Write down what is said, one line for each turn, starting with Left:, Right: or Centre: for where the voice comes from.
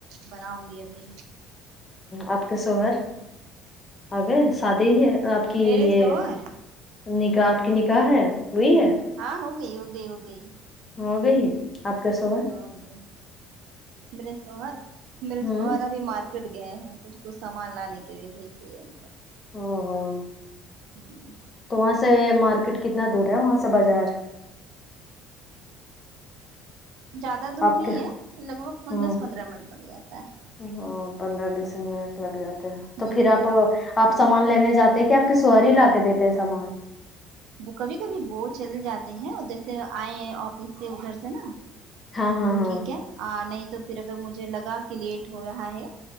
Right: بناؤں گی ابھی
Left: آپ کے شوہر آ گئے شادی ہی ہے آپ کی
Right: میرے
Left: یہ
Right: شوہر
Left: نکاح آپ کی نکاح ہے ہوئی ہے
Right: ہاں ہو گئی ہو گئی ہو گئی
Left: ہو گئی آپ کیسو
Right: ہاں ہو گئے میرے شوہر میرے
Left: ہوں
Right: شوہر ابھی مارکیٹ گئے ہیں کچھ کچھ سامان لانے کے لیے بھیج دیے تو
Left: ہاں ہاں
Right: ہمم
Left: تو وہاں سے مارکیٹ کتنا دور ہے وہاں سے بازار
Right: زیادہ دور
Left: آپ
Right: نہیں
Left: کے
Right: ہے لگ بھگ
Left: ہاں
Right: دس پندرہ منٹ لگ جاتا ہے
Left: ہاں پندرہ بیس منٹ لگ جاتے ہیں تو
Right: ہوں
Left: پھر
Right: ہوں
Left: آپ آپ سامان لینے جاتے کہ آپ کے شوہر ہی لا کے دیتے ہیں سامان
Right: وہ کبھی کبھی وہ چل جاتے ہیں جیسے آئے آفس سے ادھر سے نا
Left: ہاں ہاں
Right: تو
Left: ہاں
Right: ٹھیک ہے نہیں تو پھر اگر مجھے لگا کہ لیٹ ہو رہا ہے